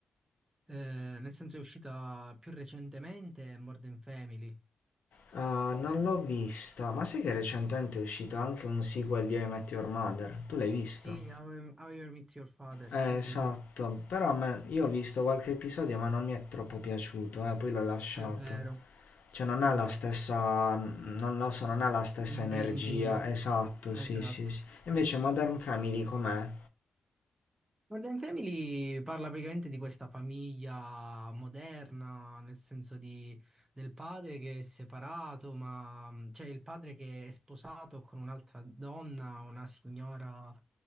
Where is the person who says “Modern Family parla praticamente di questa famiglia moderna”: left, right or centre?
Right